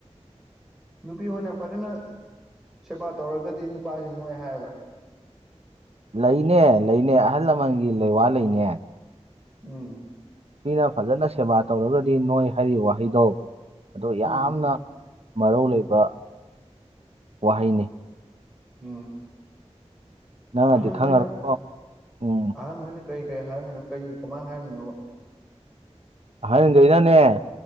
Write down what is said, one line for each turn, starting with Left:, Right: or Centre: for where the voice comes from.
Centre: ꯅꯨꯄꯤ ꯍꯣꯏꯅ ꯐꯖꯅ ꯁꯦꯕꯥ ꯇꯧꯔꯒꯗꯤ ꯅꯨꯄꯥꯁꯤ ꯅꯣꯏ ꯍꯥꯏꯌꯦꯕ
Right: ꯂꯩꯅꯦ ꯂꯩꯅꯦ ꯑꯍꯜ ꯂꯃꯟꯒꯤ ꯂꯩ ꯋꯥ ꯂꯩꯅꯦ
Centre: ꯎꯝ
Right: ꯃꯤꯅ ꯐꯖꯅ ꯁꯦꯕꯥ ꯇꯧꯔꯒꯗꯤ ꯅꯣꯏ ꯍꯥꯏꯔꯤꯕ ꯋꯥꯍꯩꯗꯣ ꯑꯣ
Centre: ꯎꯝ
Right: ꯌꯥꯝꯅ ꯃꯔꯧ ꯂꯩꯕ ꯋꯥꯍꯩꯅꯤ
Centre: ꯎꯝ
Right: ꯅꯪꯅꯗꯤ
Centre: ꯑꯍꯟ
Right: ꯈꯪꯉꯔꯣꯏꯀꯣ
Centre: ꯍꯣꯏꯅ
Right: ꯎꯝ
Centre: ꯑꯍꯟ ꯍꯣꯏꯅ ꯀꯩ ꯀꯔꯤ ꯍꯥꯏꯔꯝꯃꯤꯅꯣ ꯀꯩ ꯀꯃꯥꯏꯅ ꯍꯥꯏꯔꯝꯃꯤꯅꯣ
Right: ꯑꯍꯟꯈꯩꯅꯅꯦ